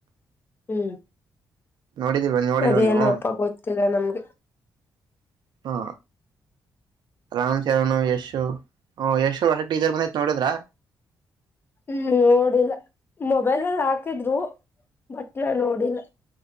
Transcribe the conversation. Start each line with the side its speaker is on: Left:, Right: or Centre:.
Left: ಹ್ಮ್
Right: ನೋಡಿದೀವ ನೋಡಿಲ್ವ
Left: ಅದೇನೋಪ್ಪ
Right: ನೀವು
Left: ಗೊತ್ತಿಲ್ಲ ನಮ್ಗೆ
Right: ಹಾ ರಾಮ್ ಚರಣ ಯಶು ಹ ಯಶು ಹೊಸ ಟೀಚರ್ ಬಂದೈತ್ ನೋಡಿದ್ರ
Left: ಹ್ಮ್ ನೋಡಿಲ್ಲ ಮೊಬೈಲ್ ಅಲ್ಲಿ ಹಾಕಿದ್ರು ಬಟ್ ನಾನು ನೋಡಿಲ್ಲ